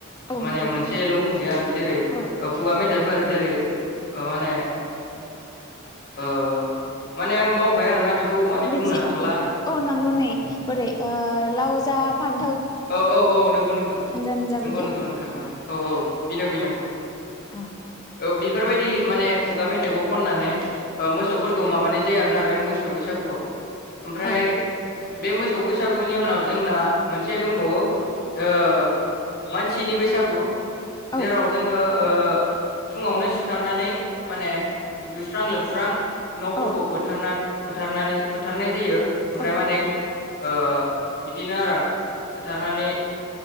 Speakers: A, on the left (about 20°); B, on the left (about 50°).
A: औ
B: माने
A: नंगौ
B: मोनसेल' बुंसै आं जेरै
A: औ
B: खुगा मेथाइफोर जेरै अ माने ओ माने आं बावबाय आरोना बेखौ माने
A: बिदि
B: बुंनो हाथ'ला आरो
A: औ नंगौ नै बोरै ओ लाव जा फान
B: औ औ औ नंगौ नोंथां
A: हानजा
B: नंगौ
A: बिदि
B: नंगौ नोंथां औ औ औ बिनो बिनो
A: औ
B: औ बि फोरबायदि माने खुगा मेथाइखौ खननानै ओ मोसौफोरखौ माबानाय जायो आरोना बे मोसौ बैसागुआव ओमफ्राय
A: औ
B: बे मोसौ बैसागुनि उनाव जोंना मोन से दंबावो ओ मानसिनि बैसागु
A: औ
B: जेराव जोङो ओ फुङावनो सिखारनानै माने दुगैस्रां लोबस्रां न'फोरखौ
A: औ
B: फोथारना फोथारनानै फोथारनाय जायो। ओमफ्राय
A: औ
B: माने ओ बिदिनो आरो फोथारनानै